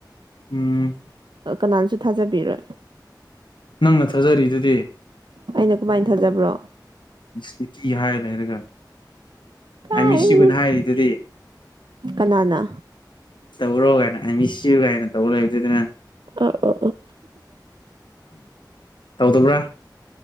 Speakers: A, on the left (about 85°); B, on the right (about 75°).
A: ꯎꯝ
B: ꯀꯅꯥꯅꯁꯨ ꯊꯥꯖꯕꯤꯔꯣꯏ
A: ꯅꯪꯅ ꯊꯥꯖꯔꯤꯗꯨꯗꯤ
B: ꯑꯩꯅ ꯀꯃꯥꯏ ꯊꯥꯖꯕ꯭ꯔꯣ
A: ꯇꯤꯊꯤ ꯍꯥꯏ ꯂꯩꯔꯒ
B: ꯀꯥꯏꯗꯩꯅꯣꯗ
A: ꯑꯥꯏ ꯃꯤꯁ ꯌꯨꯅ ꯍꯥꯏꯔꯤꯗꯨꯗꯤ
B: ꯀꯅꯥꯅ
A: ꯕꯔꯣꯍꯥꯏꯅ ꯑꯥꯏ ꯃꯤꯁ ꯌꯨ ꯀꯥꯏꯅ ꯇꯧ ꯂꯩꯕꯗꯨꯅ
B: ꯑ ꯑ
A: ꯇꯧꯗꯕ꯭ꯔꯥ